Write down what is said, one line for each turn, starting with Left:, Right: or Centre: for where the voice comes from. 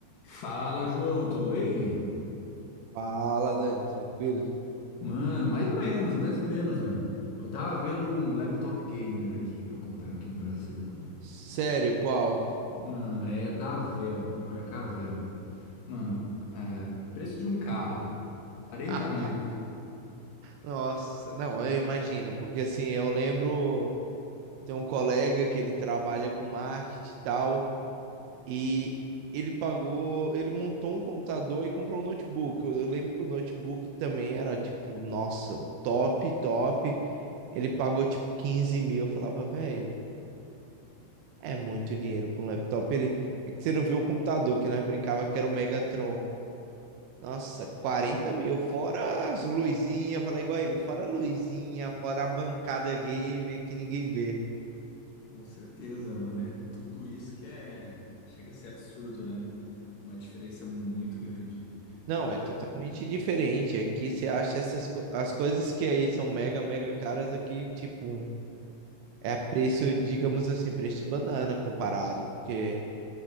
Left: Fala, João, tudo bem?
Right: Fala, Dani, tranquilo?
Left: Mano, mais ou menos, mais ou menos, mano. Eu tava vendo um laptop gamer aqui pra comprar aqui no Brasil, mano.
Right: Sério, qual? <laughs>
Left: Mano, é da Dell, a marca Dell. Mano, é, preço de um carro, quarenta
Right: Ah,
Left: mil.
Right: Nossa, não, eu imagino, porque assim, eu lembro, tem um colega que ele trabalha com marketing e tal, e ele pagou, ele montou um computador e comprou um notebook. Eu, eu lembro que o notebook também era, tipo, nossa, top, top. Ele pagou, tipo, 15 mil. Eu falava, velho, é muito dinheiro para um laptop. Ele, é que você não viu o computador que nós brincava que era o Megatron. Nossa, 40 mil, fora as luzinhas, falar igual ele, fora a luzinha, fora a bancada gamer que ninguém vê.
Left: Com certeza, mano. É tudo isso que é. Chega a ser absurdo, né? Uma diferença muito grande.
Right: Não,
Left: É,
Right: é totalmente diferente. Aqui você acha essas co- as coisas que aí são mega, mega caras aqui, tipo, é preço, digamos assim, preço de banana comparado, porque